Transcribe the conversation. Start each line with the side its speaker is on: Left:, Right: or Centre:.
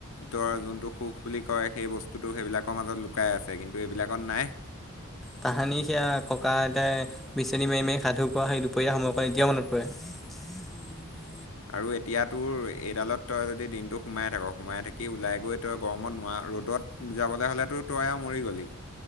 Left: তোৰ যোনটো সুখ বুলি কয়, সেই বস্তুটো সেইবিলাকৰ মাজত লুকাই আছে, কিন্তু এইবিলাকত নাই।
Centre: তাহানি সেয়া ককা আইটাই বিচনী মাৰি মাৰি, সাধু কোৱা সেই দুপৰীয়া সময়কণ এতিয়াও মনত পৰে। উম।
Left: আৰু এতিয়া তোৰ এইডালত তই যদি দিনটো সোমাই থাক, সোমাই থাকি ওলাই গৈ তই গৰমত নোৱাৰা ৰ'দত যাবলৈ হ'লেতো তই আৰু মৰি গ'লি।